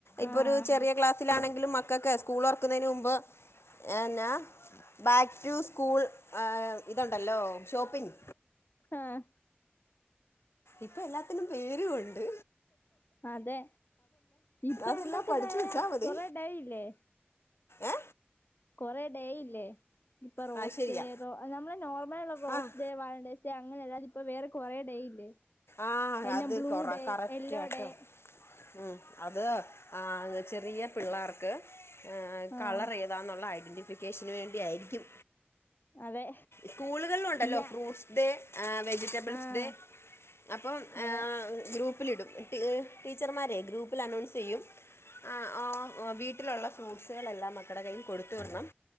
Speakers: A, on the left; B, on the left.
A: ഇപ്പൊ
B: ആഹ്
A: ഒരു ചെറിയ ക്ലാസ് സ്സിലാണെങ്കിലും മക്കൊക്കെ സ്കൂൾ തൊറക്കുന്നതിന് മുമ്പ് എന്നാ ബാക്ക് ടു സ്കൂൾ ഇതുണ്ടല്ലോ ഷോപ്പിംഗ്
B: ആഹ്
A: ഇപ്പൊ എല്ലാത്തിനും പേരും ഒണ്ട്
B: അതെ ഇപ്പൊ
A: അതെല്ലാം
B: എന്തൊക്കെ
A: പഠിച്ചു
B: ഡേയാ
A: വെച്ചാ മതി
B: കൊറെേ ഡേയില്ലേ
A: ഏ
B: കൊറേ ഡേ ഇല്ലേ ഇപ്പൊ റോസ്
A: അത് ശരിയാ
B: ഡേ നമ്മള് നോർമലള്ള റോസ്
A: ആഹ്
B: ഡേ വാലൻഡ ഡേ അങ്ങനെ അല്ലാതിപ്പൊ വേറെ കൊറെേ ഡേ ഇല്ലേ
A: ആഹ്
B: എന്നെ
A: അത്
B: ബ്ലൂ
A: കൊറ
B: ഡേ
A: കറക്റ്റ്
B: യെല്ലോ
A: ആട്ടോ
B: ഡേ
A: ഉം അത് ആ ചെറിയ പിള്ളേർക്ക്
B: ആഹ്
A: കളർ ഏ താന്നുള്ള ഐഡൻ്റിഫിക്കേഷന് വേണ്ടിയായിരിക്കും
B: അതെ
A: സ്കൂളുകളിൽ ഉണ്ടല്ലോ
B: ഞ
A: ഫ്രൂട്ട്സ് ഡേ വെജിറ്റബിൾസ്
B: ആഹ്
A: ഡേ അപ്പം
B: അതെ
A: ഗ്രൂപ്പിലിടും ടീച്ചർമാരെ ഗ്രൂപ്പിൽ അനൗൺസ് ചെയ്യും ആ ആ വീട്ടിലുള്ള ഫ്രൂട്ട്സുകളെല്ലാം മക്കടെ കയ്യിൽ കൊടുത്തു വിടണം